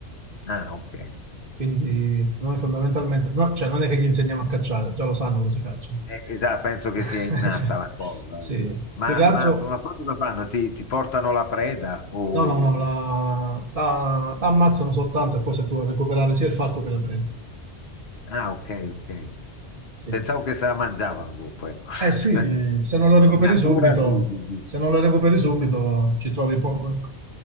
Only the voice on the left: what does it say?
ah, ok.
Eh, esatto, penso che
sia innata
la cosa.
Ma,
ma, ma poi cosa fanno? Ti, ti portano la preda? O...
Ah, ok, ok.
Pensavo che se la mangiavano dopo, ecco. <laughs>
In natura
sì, sì, sì.